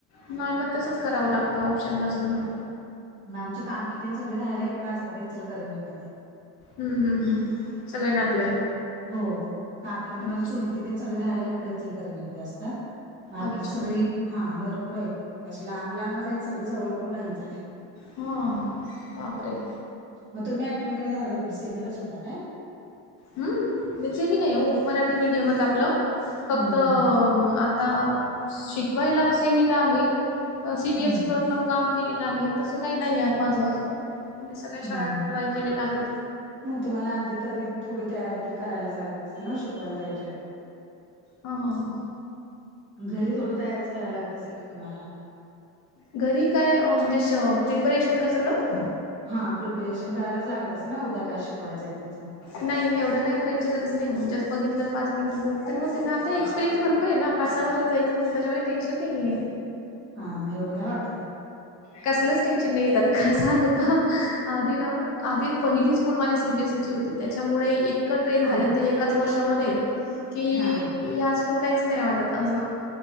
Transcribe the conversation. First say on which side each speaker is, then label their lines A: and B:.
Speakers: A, on the left (about 50°); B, on the right (about 30°).
A: नाही मग तसंच करावं लागतं ऑप्शन नसताना.
B: नाही आमची काकी तेन सगळे राहायला इकडे असतात, इचलकरंजी मध्ये.
A: हम्म हम्म हम्म, सगळे नातेवाईक
B: अच्छा हो, काकु म्हणजे
A: अच्छा,
B: माझी चुलती तेनसगळे राहायला इकडे इचलकरंजीमध्ये असतात. बाकीची
A: अच्छा.
B: सगळी, हा भरपूर हायत. अशे लांब लांबच हाईत सगळे जवळ कोन नाहीयचंय.
A: हा बापरे!
B: मग तुम्ही आठवी नवी दाव्ही ला कुठ सेमीलाच होता काय?
A: हम्च मी नाही हो मराठी मीडियमंच आपलं फक्त
B: हम्म हम्म
A: आता शिकवायला सेमीला आहे. सीबीएसईवर
B: हम्म
A: पण काम केलेलं आहे तसं काही नाही आ माझं असं. म सगळे्या शाळेत
B: हम्म हम्म
A: ट्राय केलेल्या आहे.
B: मग तुम्हाला आधी तरी थोडी तयारी तर करायलाच लागत असेल ना शिकवायला जायच्या आधी.
A: हो हो हो
B: घरी थोडी तयारीच करायला लागत असेल की तुम्हाला?
A: घरी काय म्हणजे प्रिपरेशन का सगळं?
B: हा प्रिपेरेशन करायलाच लागत अस ना उद्या काय शिकवायचंय त्याच.
A: नाही एवढं काय करायची गरज नाही, जस् बघितलं पाच मिनट बुक तर मग त्यांना आता एक्सपिरियन्स भरपूर आहे ना पाच सहा वर्षात रयस त्याच्यामुळे टेन्शन नाहीये.
B: हा एवढ काय वाट
A: कसलंच टेनशन नाही येत आता का सांगू का आधी ना, आधी पहिली स्कूल माझी सी बी एसईची होती त्याच्यामुळे इतकं ट्रेन
B: हा
A: झालं आणि त्या एककाच पाच वर्षामध्ये कि
B: हा
A: ह्या स्कूल काहीच नाही वाटत असं